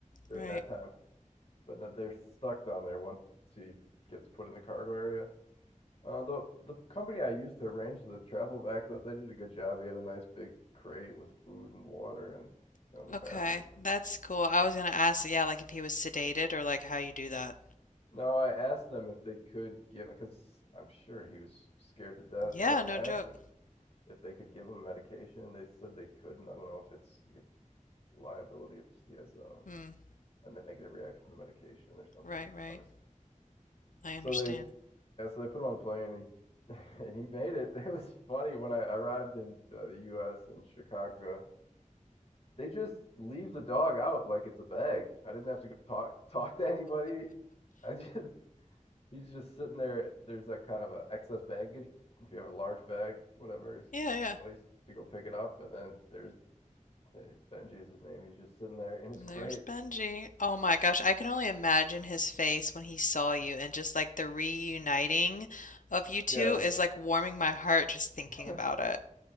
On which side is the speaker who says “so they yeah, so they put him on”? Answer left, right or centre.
Left